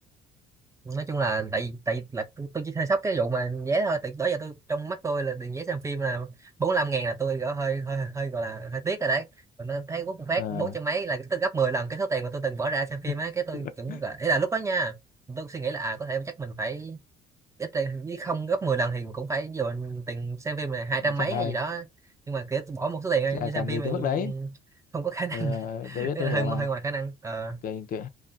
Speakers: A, on the right; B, on the left.
A: nói chung là tại vì tại vì là tôi, tôi chỉ hơi sốc cái vụ mà vé thôi từ đó giờ tôi trong mắt tôi là tiền vé xem phim là 45 ngàn là tôi gọi hơi hơi hơi gọi là hơi tiếc rồi đấy còn nó thấy quốc phát
B: ờ
A: bốn trăm mấy là cái tôi gấp 10 lần cái số tiền mà tôi từng bỏ ra xem phim
B: <laughs>
A: ấy cái tôi cũng gọi- ý là lúc đó nha tôi suy nghĩ là à có thể chắc mình phải ít ra- với không gấp 10 lần thì cũng phải dồn tiền xem phim là hai trăm
B: trời
A: mấy
B: ơi,
A: hay gì đó nhưng mà kiểu tôi bỏ một số tiền
B: chả
A: như xem
B: cần
A: phim
B: gì tới
A: này
B: mức đấy
A: không có khả năng
B: ờ tôi
A: Ý
B: tôi
A: là
B: hiểu
A: hơi
B: mà
A: hơi ngoài khả năng ờ
B: Kệ- kệ.